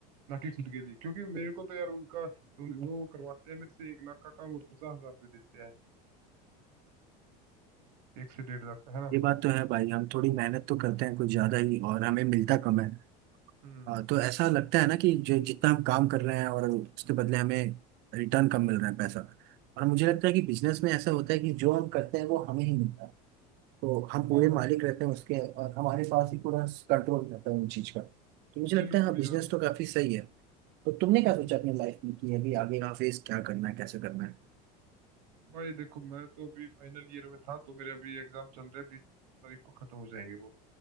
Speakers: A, on the right; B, on the right.
A: ना कि खुद के लिए क्योंकि मेरे को तो यार उनका उन- वो करवाते हैं मेरे से एक लाख का काम और पचास हजार रुपये देते हैं एक से डेढ़ लाख का है ना
B: ये बात तो है भाई हम थोड़ी मेहनत तो करते हैं कुछ ज्यादा ही और हमें मिलता कम है
A: हम्म
B: आ, तो ऐसा लगता है ना कि जो जितना हम काम कर रहे हैं और उसके बदले हमें रिटर्न कम मिल रहा है पैसा और मुझे लगता है कि बिजनेस में ऐसा होता है कि जो हम करते हैं वो हमें ही मिलता है तो हम पूरे
A: हाँ हाँ
B: मालिक रहते हैं उसके और हमारे पास ही पूरा कंट्रोल रहता है उन चीज का तो मुझे लगता
A: बिल्कुल
B: है हाँ बिजनेस
A: यार
B: तो काफी सही है तो तुमने
A: हम्म
B: क्या
A: हम्म
B: सोचा
A: हम्म।
B: अपनी लाइफ में कि अभी आगे का फेज क्या करना है कैसे करना है
A: भाई देखो मैं तो अभी फाइनल ईयर में था तो मेरे अभी एग्जाम चल रहे हैं बीस तारीख को खत्म हो जाएंगे वो